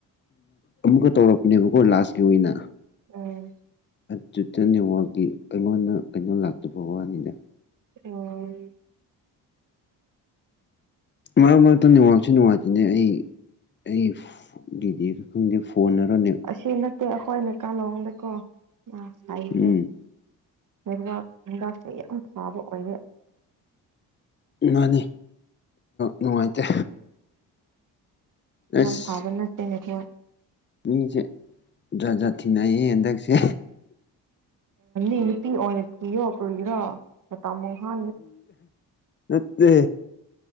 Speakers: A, on the left; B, on the right.
A: ꯑꯃꯨꯛꯀ ꯇꯧꯔꯛꯄꯅꯦꯕꯀꯣ ꯂꯥꯁꯀꯤ ꯑꯣꯏꯅ
B: ꯎꯝ
A: ꯇ꯭ꯋꯇꯔ ꯅꯦꯠꯋꯥꯛꯀꯤ ꯑꯩꯉꯣꯟꯗ ꯀꯩꯅꯣ ꯂꯥꯛꯇꯕ ꯋꯥꯅꯤꯅꯦ
B: ꯎꯝ
A: ꯃꯥ ꯃꯥ ꯇ ꯅꯨꯡꯉꯡꯁꯨ ꯅꯨꯡꯉꯥꯏꯇꯦ ꯁꯤꯅꯦ ꯑꯩ ꯑꯩ ꯗꯤꯗꯤꯒ ꯈꯪꯗꯦ ꯐꯣꯟꯅꯔꯅꯦ
B: ꯁꯤ ꯅꯠꯇꯦ ꯑꯩꯈꯣꯏ ꯑꯅ ꯀꯥꯂꯣꯡꯗꯀꯣ ꯁꯈ꯭ꯔꯦ
A: ꯎꯝ
B: ꯂꯩꯕꯥꯛ ꯍꯗꯥꯛꯁꯦ ꯌꯥꯝ ꯊꯥꯕ ꯑꯣꯏꯔꯦ
A: ꯉꯥꯅꯤ ꯅꯨꯡꯉꯥꯏꯇꯦ ꯑꯁ
B: ꯌꯥꯝ ꯐꯥꯕꯅꯠꯇꯅꯦꯣ
A: ꯃꯤꯁꯦ ꯖꯥꯠ ꯖꯥꯠ ꯊꯦꯡꯅꯩꯌꯦ ꯍꯟꯗꯛꯁꯦ
B: ꯏ ꯅꯨꯄꯤꯤꯣꯅ ꯄꯤꯣ ꯀꯔꯒꯔꯣ ꯇꯃ ꯍꯥ
A: ꯅꯠꯇꯦ